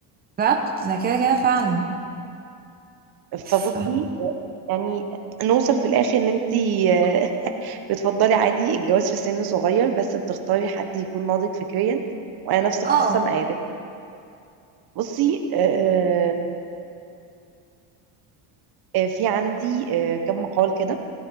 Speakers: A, on the right; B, on the right.
A: بالظبط ده كده كده فعلا ف...
B: فبصي يعني نوصل في الاخر ان انت <laughs> بتفضلي عادي الجواز في سن صغير بس بتختاري حد يكون ناضج فكريا وانا نفس القصه
A: اه
B: معاك بصي آه، آه، في عندي آه، كم مقال كده